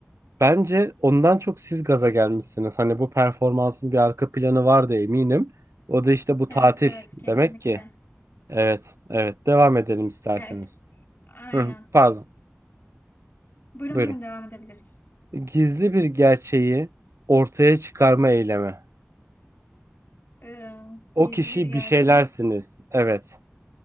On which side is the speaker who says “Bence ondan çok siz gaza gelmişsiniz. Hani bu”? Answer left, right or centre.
Right